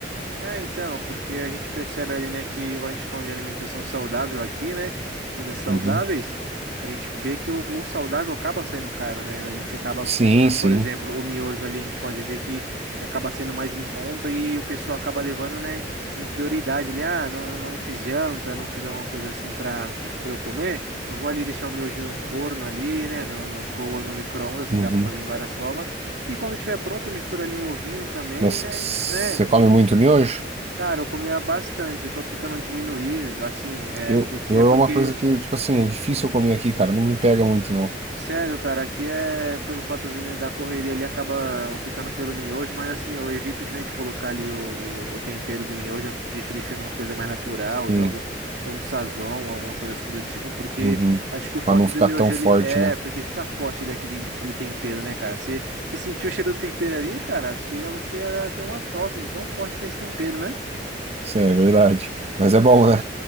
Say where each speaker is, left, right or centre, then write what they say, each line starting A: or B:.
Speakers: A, on the right; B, on the right.
A: É, então, porque a gente percebe ali, né, que quando a gente fala de alimentação saudável aqui, né, comidas saudáveis,
B: Uhum.
A: a gente vê que o, o saudável acaba saindo caro, né? A gente acaba
B: Sim,
A: comprando,
B: sim.
A: por exemplo, o miojo ali, a gente pode ver que, que acaba sendo mais em conta e o pessoal acaba levando, né, em prioridade ali, ah, não, não fiz janta, não fiz alguma coisa assim pra, pra eu comer, eu vou ali deixar o miojinho no forno ali, né, no, no fogo ou no micro-ondas,
B: Uhum.
A: que dá pra fazer em várias formas, e quando tiver pronto, mistura ali um ovinho também,
B: Mas
A: né, né,
B: você
A: e,
B: come muito miojo?
A: Cara, eu comia bastante, eu tô tentando diminuir, assim, é
B: Eu,
A: porque,
B: eu
A: é
B: é
A: porque,
B: uma coisa que, tipo assim, é difícil eu comer aqui, cara. Não me pega muito, não.
A: sério, cara, aqui é pelo fatozinho né, da correria, ele acaba optando pelo miojo, mas assim, eu evito, né, de colocar ali o, o, o tempero do miojo, eu deixo deixando uma coisa mais natural,
B: Sim.
A: jogo ou um sazon, alguma coisa assim do tipo, porque
B: Uhum.
A: acho que o forte
B: Pra não ficar
A: do miojo,
B: tão forte,
A: ele é,
B: né?
A: porque fica forte ele, aquele, aquele tempero, né, cara, você, você sentiu o cheiro do tempero ali, cara, chega você a ter uma tosse de tão forte que é esse tempero, né?
B: Isso é verdade. Mas é bom, né?